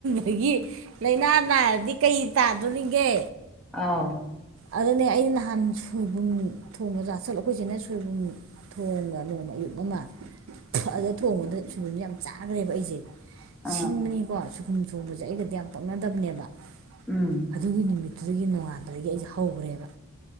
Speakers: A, on the right; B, in the centre.
A: ꯗꯒꯤ ꯂꯥꯏꯅꯥ ꯅꯥꯔꯗꯤ ꯀꯩ ꯇꯥꯗꯣꯏꯅꯤꯒꯦ
B: ꯑꯥ
A: ꯑꯗꯨꯅꯦ ꯑꯩ ꯅꯍꯥꯟ ꯁꯣꯏꯕꯨꯝ ꯊꯣꯡꯅ ꯆꯥꯥꯁꯠꯂ ꯑꯩꯈꯣꯏꯁꯤꯅ ꯁꯣꯏꯕꯨꯝ ꯊꯣꯡꯉ ꯅꯣꯡꯃ ꯑꯌꯨꯛ ꯑꯃ ꯑꯗꯨꯗ ꯊꯣꯡꯕꯗ ꯁꯣꯏꯕꯨꯝꯁꯦ ꯌꯥꯝ ꯆꯥꯈ꯭ꯔꯦꯕ ꯑꯩꯁꯦ
B: ꯑꯥ
A: ꯁꯤꯟꯕꯅꯤꯀꯣ ꯁꯨꯒꯨꯝ ꯊꯣꯡꯕꯁꯦ ꯑꯩꯒꯗꯤ ꯌꯥꯝ ꯄꯛꯅꯗꯕꯅꯦꯕ
B: ꯎꯝ
A: ꯑꯗꯨꯒꯤ ꯅꯨꯃꯤꯠꯇ ꯑꯗꯨꯒꯤ ꯅꯣꯡꯉꯥꯜꯥꯟꯕꯗꯒꯤ ꯑꯩꯁꯦ ꯍꯧꯈ꯭ꯔꯦꯕ